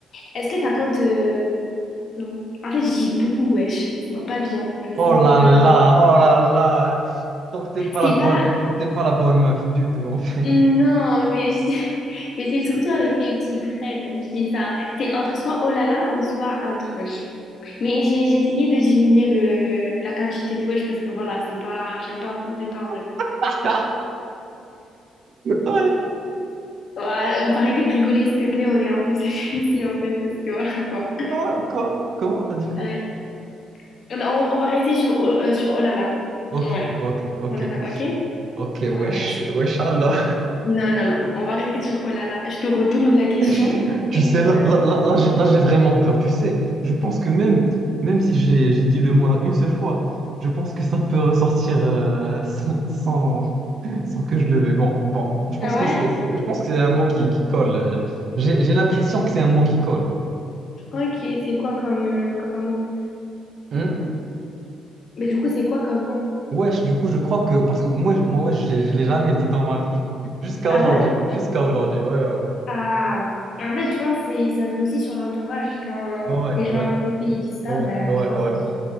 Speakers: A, on the left; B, on the right.
A: Est-ce que ça compte euh, Non. En fait, je dis beaucoup wesh. C'est pas bien. Je sais,
B: Oh là
A: faut pas
B: là,
A: le dire.
B: oh là là. Tant que t'es pas
A: C'est
B: la bonne,
A: pas.
B: tant que t'es pas la bonne meuf du tout, en fait.
A: Non, mais, je- <laughs> mais c'est surtout avec mes petits frères. Je dis ça. C'est entre soit oh là là ou soit entre wesh. Mais j'ai j'ai essayé de diminuer le, la quantité de wesh parce que voilà, c'est pas. J'aime pas, j'aime pas en vrai.
B: <laughs> Ouais.
A: Ouais, on va arrêter de rigoler, s'il te plaît. On est un peu <laughs> sérieux ici en fait parce que voilà quoi.
B: Quoi, quoi, comment t'as dit quoi?
A: Ouais. On, on va rester sur, oh- euh, sur oh là là.
B: Ok,
A: Ouais.
B: ok, ok,
A: Oh là là, ok?
B: ok,
A: Ouais,
B: wesh,
A: merci.
B: wesh, Allah.
A: Non, non, non. On va rester sur Oh là là. Je te retourne la question.
B: <laughs>
A: Ok.
B: Tu sais, là,
A: Vas-y.
B: là, là, là, j'ai là, j'ai vraiment peur. Tu sais, je pense que même, même si j'ai j'ai dit le mot là une seule fois, je pense que ça peut ressortir euh, <laughs> sans, sans sans que je le veuille. Bon, bon, je pense
A: Ah
B: que
A: ouais?
B: c'est, c'est- je pense que c'est un mot qui, qui colle. euh, J'ai j'ai l'impression que c'est un mot qui colle.
A: Ok, c'est quoi comme, euh, comme mot?
B: Hmm
A: Mais du coup, c'est quoi comme mot?
B: Wesh, du coup, je crois que... Parce que moi, je- moi wesh, j'ai- je l'ai jamais dit dans ma vie. <laughs> Jusqu'à
A: Ah
B: aujourd'hui.
A: ouais?
B: Jusqu'à aujourd'hui, ouais, ouais, ouais.
A: Ah, en fait, je pense que c'est- ça joue aussi sur l'entourage. Quand
B: Ouais,
A: les gens
B: ouais,
A: à côté, ils disent ça,
B: ouais,
A: ben,
B: ouais,
A: je pense
B: ouais.
A: que c'est...